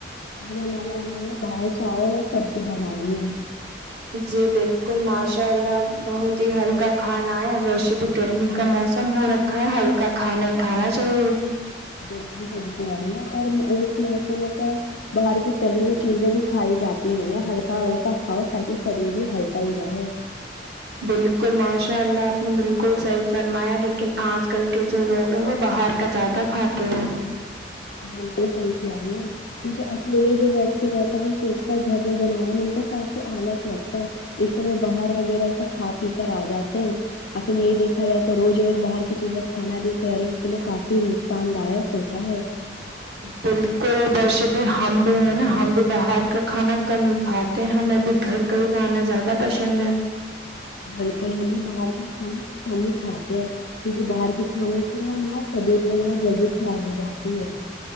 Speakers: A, on the left; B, on the right.
A: آج ہماری امی نے دال چاول اور سبزی بنائی ہے
B: جی بالکل ماشاء اللہ بہت ہی ہلکا کھانا ہے اور ویسے بھی گرمی کا موسم ہو رکھ ہلکا کھا نہیں کھانا چاہیے
A: گردم ہو جا رہی ہے اور اس موسم میں کیا باہر کی تلی ہوئی چیزیں دکھائی جاتی ہیں ہلکا ہلکا ا کاؤ تاکہ شریر بھی ہلکا ہی رہے
B: بلکل ماشاء اللہ آپ نے بلکل صحیح فرمایا لیکن آج کل کے جو لوگ ہیں وہ باہر کا زادہ کھاتے ہیں
A: بلکل صحیح کہےرہی ہیں کیونکہ اکیلے جو ویکتی رہتا ہے وہ سوچتا ہے گھر میں بنانے میں ان کو کافی آلگ لگتا ہے اس لیے وہ باہر وغیرہ سے کھا پی کر آ جاتے ہیں ان یہی دیکھا جائے تو روز روز باہر کی چیزیں کھانا بھی شریر کے لیے کافی نقصان داک ہوتا ہے
B: بالکل ویش بھی ہم بھی ہے نا ہم بھی باہر کا کھانا کم کھاتے ہیں ہمیں بھی گھر کا ہی کھانا زیادہ پسند ہے
A: بلکل ہم بھی باہر کا کھانا کم ہی کھاتے ہیں کیوں کی باہر کے کھانے سے نا طبیعت وغیرہ جلدی خراب ہو جاتی ہے